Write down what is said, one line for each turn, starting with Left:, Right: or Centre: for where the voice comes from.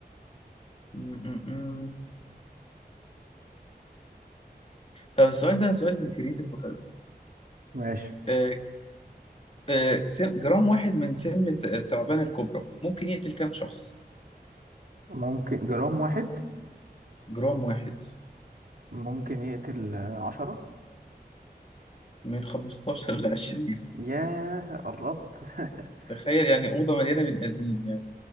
Left: لذيذ طب السؤال ده سؤال كريتيف وحلو
Right: ماشي
Left: آه، آه، سم- جرام واحد من سم الت- التعبان الكبرى ممكن يقتل كام شخص؟
Right: ممكن جرام واحد
Left: جرام واحد
Right: ممكن يقتل آه، عشرة
Left: من 15 ل 20
Right: ياه قربت <laughs>
Left: تخيل يعني أوضة مليانة بني آدمين يعني